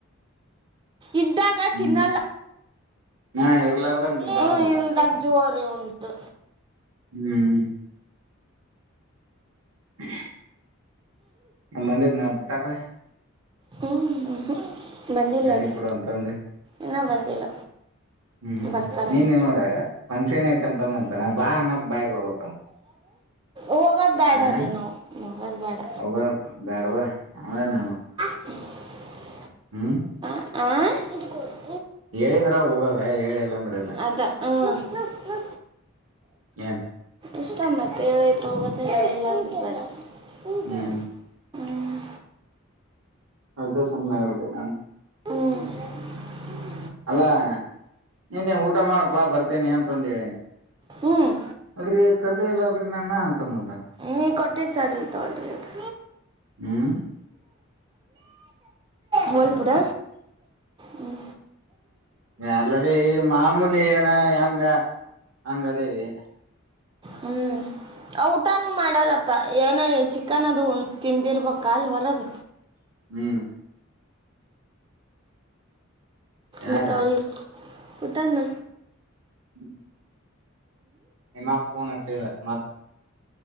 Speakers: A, on the right; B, on the right.
A: ಇದ್ದಾಗ
B: ಹ್ಮ್
A: ತಿನ್ನಲ್ಲ
B: ಹಾ ಎಲ್ಲಾರದಾಗ ಮುದ್ದಾಮದು
A: ಹ್ಮ ಇಲ್ದಾಗ ಜೋರಿ ಉಂದು
B: ಹ್ಮ್ ಹ್ ನ ಬಂದ ನ ಪುಟ್ಟಾಪಾಯ
A: ಹ್ಮ್ ಬಂದಿಲ್ಲ
B: ಗಾಡಿ
A: ರೀ
B: ಕೂಡ ಅಂತ ಅಂದೆ
A: ಇನ್ನ ಬಂದಿಲ್ಲ
B: ಹ್ಮ್
A: ಬರ್ತಾನೆ
B: ನೀನ್ನೇ ನೋಡ ಫಂಕ್ಷನ್ ಐತೆ ಅಂತಂದಂತ ನ ಬಾ ಅನ್ನಕ್ ಬಾಯಿ ಬರಬಲ್ತವ
A: ಹೋಗೋದ್ ಬೇಡ
B: ಅವಂಗ ಆ
A: ರೀ ನಾವು ಹೋಗೋದ್ ಬೇಡ
B: ಹೋಗ ಬ್ಯಾಡವಾ ಅವೆನ್
A: ಹ <inaudible>
B: ಹ್ಮ್
A: ಆ
B: ಹೇಳಿದ್ರ ಹೋಗದ. ಭೈ ಜೇಳಲಿಲ್ಲ ಅಂದ್ರ ಇಲ್ಲ
A: ಅದ ಹಾ, ಹ್ಮ ಹ್ಮ.
B: ಏನ್
A: ಇಷ್ಟ ಮತ್ತೆ ಹೇಳಿದ್ರ ಹೋಗದೇ ಹೇಳಿಲ್ಲ ಅಂದ್ರೆ ಬೇಡ. ಹಂತ
B: ಹ್ಮ್
A: ಹ್ಮ್
B: ಅದ ಸುಮ್ನ ಆಗಿ ಬಿಟ್ಟನ ನಾನ್.
A: ಹ್ಮ
B: ಅಲ್ಲಾ ನೀನೇ ಊಟ ಮಾಡಪಾ ಬರ್ತೇನಿ ಅಂತಂದೇ
A: ಹ್ಮ್
B: ಅಲ್ರರಿ ಕರ್ದೇ ಇಲ್ಲ ಅಲ್ರರಿ ನನ್ನ ಅಂತಂದಂತ.
A: ನಿ ಕೋಟ್ಟಿದ ಸಡ್ಲ ತಗೊಳ್ತದೆ ಅಂತೇ.
B: ಹ್ಮ್
A: ಹೋಗ್ಲ ಬಿಡ ಹ್ಮ.
B: ಯಾರ್ಲದೇ ಈ ಮಾಮೂಲಿ ಏನ ಹೆಂಗ ಹಂಗದೇ ಇದೆ.
A: ಹ್ಮ್ ಔ ಊಟಾನೂ ಮಾಡಲ್ಲ ಪ ಏನೋ ಚಿಕ್ಕನ್ ಅದು ತಿಂದಿರ್ಬೇಕ ಅಲ್ಲಿ ಹೊರಗ,
B: ಹ್ಮ್ ಯಾರ
A: ಮತ್ತ ಅವ್ರಿಗಿ ಪುಟ್ಟಣ್ಣ
B: ಹ್ಮ್ ನಿಮ್ಮಪ್ಪ ಫೋನ್ ಹಚ್ಚಿದ. ಮತ್ತ